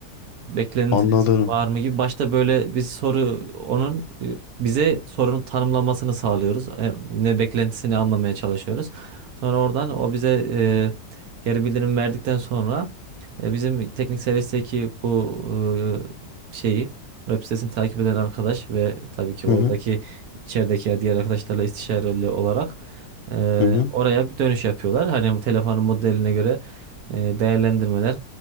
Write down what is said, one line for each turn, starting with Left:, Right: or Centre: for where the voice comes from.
Right: beklentiniz
Left: anladım.
Right: var mı gibi. Başta böyle biz soru onun e, bize sorunun tanımlamasını sağlıyoruz. E, Ne beklentisini anlamaya çalışıyoruz. Sonra oradan o bize e, geri bildirim verdikten sonra e, bizim teknik servisteki bu e, şeyi web sitesini takip eden arkadaş ve tabii ki
Left: Hı
Right: oradaki
Left: hı
Right: içerideki diğer arkadaşlarla istişareli olarak e,
Left: hı hı
Right: oraya bir dönüş yapıyorlar. Hani bu telefonun modeline göre e, değerlendirmeler